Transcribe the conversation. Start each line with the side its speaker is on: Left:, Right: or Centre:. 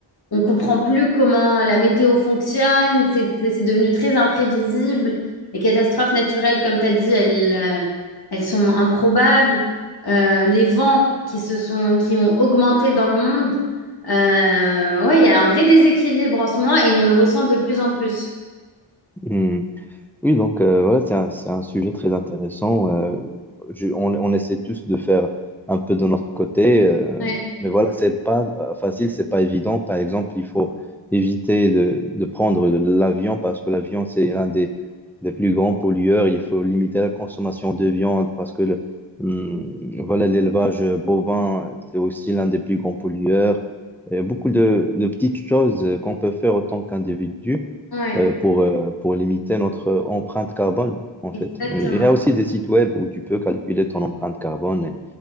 Left: on comprend plus comment la météo fonctionne, c'est c'est- devenu très imprévisible. Les catastrophes naturelles, comme tu as dit, elles, euh, elles sont improbables. Euh, les vents qui se sont, qui ont augmenté dans le monde, euh, ouais, il y a un vrai déséquilibre en ce moment et on le ressent de plus en plus.
Centre: Hmm. Oui, donc euh, voilà, c'est un, c'est un sujet très intéressant. euh, je- on, on essaie tous de faire un peu de notre côté, euh,
Left: Ouais,
Centre: mais voilà, c'est pas euh, facile, c'est pas évident. Par exemple, il faut éviter de, de prendre l'avion parce que l'avion, c'est l'un des, des plus grands pollueurs. Il faut limiter la consommation de viande parce que le, hum, voilà, l'élevage bovin, c'est aussi l'un des plus grands pollueurs. Il y a beaucoup de, de petites choses qu'on peut faire en tant qu'individu
Left: ouais,
Centre: euh, pour, euh, pour limiter notre empreinte carbone, en
Left: exactement.
Centre: fait. Oui, Il y a aussi des sites web où tu peux calculer ton empreinte carbone et,